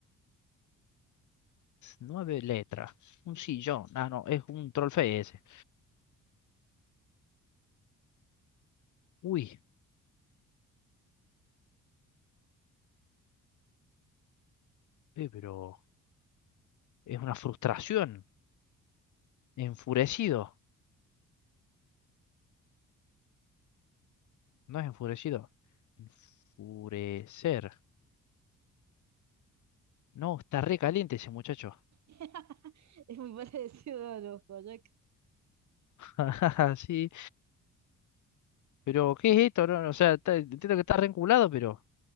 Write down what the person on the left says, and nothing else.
Nueve letras, un sillón. Ah, no, es un trollface ese. Uy, eh, pero es una frustración. Enfurecido. No es enfurecido. Enfurecer. No, está re caliente ese muchacho.
<laughs> Sí, pero ¿qué es esto? No, no, o sea, está- entiendo que está re enculado, pero...